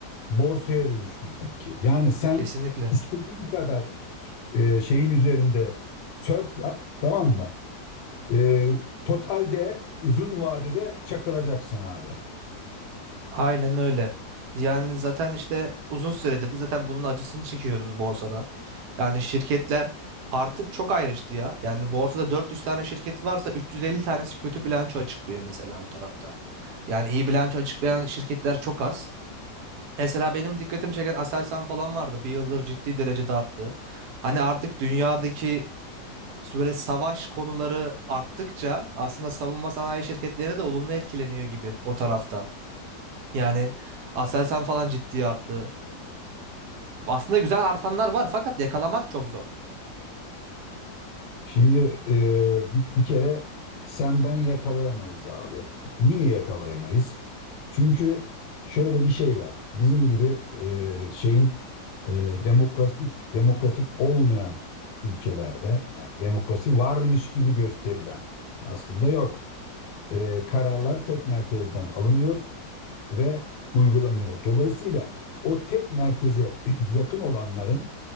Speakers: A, on the left; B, on the right.
A: borsaya dönüştü bizimki. Yani sen
B: Kesinlikle.
A: istediğin kadar e, şeyin üzerinde sörf yap, tamam mı? E, totalde uzun vadede çakılacaksın abi.
B: Aynen öyle. Yani zaten işte uzun süredir de zaten bunun acısını çekiyoruz borsada. Yani şirketler artık çok ayrıştı ya. Yani borsada 400 tane şirket varsa 350 tanesi kötü bilanço açıklıyor mesela o tarafta. Yani iyi bilanço açıklayan şirketler çok az. Mesela benim dikkatimi çeken Aselsan falan vardı. Bir yıldır ciddi derecede arttı. Hani artık dünyadaki İşte böyle savaş konuları arttıkça aslında savunma sanayi şirketleri de olumlu etkileniyor gibi o tarafta. Yani Aselsan falan ciddi arttı. Aslında güzel artanlar var fakat yakalamak çok zor.
A: Şimdi e, bir, bir kere sen ben yakalayamayız abi. Niye yakalayamayız? Çünkü şöyle bir şey var. Bizim gibi e, şeyin e, demokratik demokratik olmayan ülkelerde yani demokrasi varmış gibi gösterilen aslında yok. E, kararlar tek merkezden alınıyor ve uygulanıyor. Dolayısıyla o tek merkeze <clears throat> yakın olanların